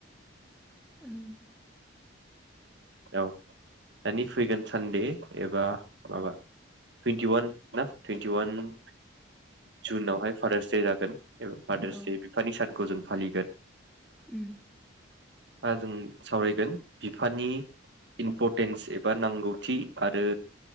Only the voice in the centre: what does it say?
ओम
औ
उम